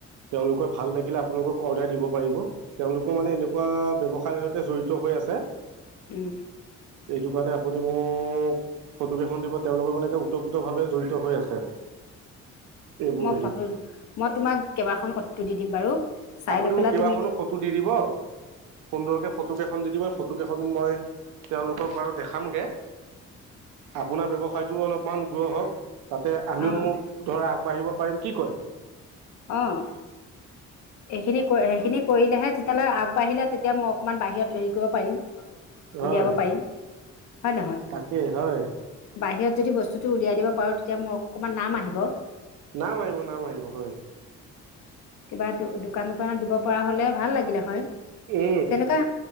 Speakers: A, on the right (about 85°); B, on the left (about 65°).
A: তেওঁলোকৰ ভাল লাগিলে, আপোনালোকক অৰ্ডাৰ দিব পাৰিব। তেওঁলোকো মানে এনেকুৱা ব্যৱসায়তে জড়িত হৈ আছে।
B: উম
A: এইটো কাৰণে আপুনি মোক ফটো কেইখন দিব তেওঁলোকৰ মানেে ওতঃপ্ৰোত ভাৱে জড়িত হৈ আছে এইবোৰ
B: মই
A: হেৰিত
B: ফটো মই তোমাক কেইবাখন ফটো দি দিম বাৰু চাই
A: আপুনি
B: লৈ পেলাই
A: মোক কিবাখনো
B: তুমি
A: ফটো দি দিব, সুন্দৰকে ফটো কেইখন দি দিব, ফটো কেইখন মই আপোনাৰ ব্যৱসায়টো অলপমান গ্ৰ হওক। তাতে আমিও
B: অঁ
A: ধৰা আগ বাঢ়িব পাৰিম কি কয়?
B: অহঁ। এইখিনি সেইখিনি কৰিলেহে, তেতিয়ালৈ আগবাঢ়িলে তেতিয়া মই অকণমান বাহিৰত হেৰি কৰিব পাৰিম।
A: হয়
B: উলিয়াব পাৰিম। হয় নহয় হয়
A: তাকেই হয়
B: বাহিৰত যদি বস্তুটো উলিয়াই দিব পাৰোঁ, তেতিয়া মোৰ অকমান নাম আহিব।
A: নাম আহিব, নাম আহিব, হয়।
B: কিবা দোকান, দোকানৰ পৰা দিব পৰা হ'লে ভাল লাগিলে হয়।
A: এ
B: তেনেকুৱা